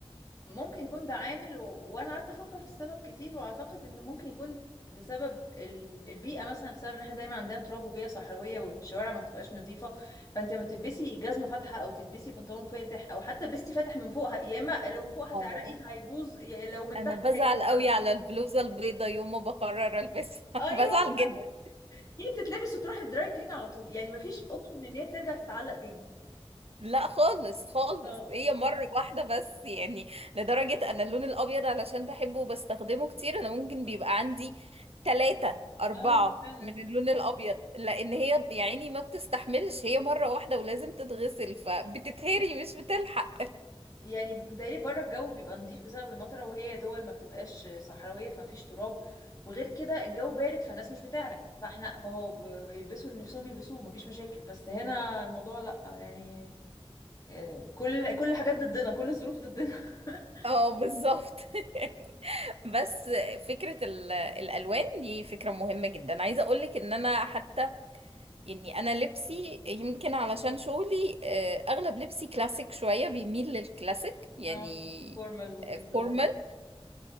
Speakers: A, on the left (about 35°); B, on the right (about 70°).
A: ممكن يكون ده عامل و... وانا قعدت افكر في السبب كتير واعتقد انه ممكن يكون بسبب ال- البيئه مثلا بسبب ان احنا دايما عندنا تراب وبيئه صحراويه والشوارع ما بتبقاش نظيفه فانت لما تلبسي جزمه فاتحه او تلبسي بنطلون فاتح او حتى لبستي فاتح من فوقها يا اما لو من فوق هتعرقي
B: اه
A: فهيبوظ يا لو من
B: انا
A: تحت
B: بزعل
A: هيتفرج
B: قوي على البلوزة البيضة يوم ما بقرر البسها
A: ايوه
B: <laughs> بزعل
A: فعلا.
B: جدا
A: هي بتتلبس وتروح الدراي كلين على طول يعني ما فيش اوبشن ان هي ترجع تتعلق تاني
B: لا خالص خالص
A: اه
B: هي مرة واحدة بس يعني لدرجة أن اللون الأبيض علشان بحبه وبستخدمه كتير أنا ممكن بيبقى عندي تلاتة أربعة
A: اه فعلا
B: من اللون الأبيض لأن هي يعني ما بتستحملش هي مرة واحدة ولازم تتغسل فبتتهري مش بتلحق
A: يعني متهيألي بره الجو بيبقى نظيف بسبب المطره وهي دول ما بتبقاش صحراويه فمفيش تراب وغير كده الجو بارد فالناس مش بتعرق فاحنا فهو ب- بيلبسوا اللي نفسهم يلبسوه مفيش مشاكل بس هنا الموضوع لا يعني آه، كل كل الحاجات ضدنا كل الظروف ضدنا <laughs>
B: اه بالظبط <laughs> بس فكرة ال- الألوان دي فكرة مهمة جدا عايزة أقولك إن أنا حتى يعني انا لبسي يمكن علشان شغلي آه، اغلب لبسي كلاسيك شوية بيميل للكلاسيك يعني
A: اه فورمال وكده
B: فورمال
A: و-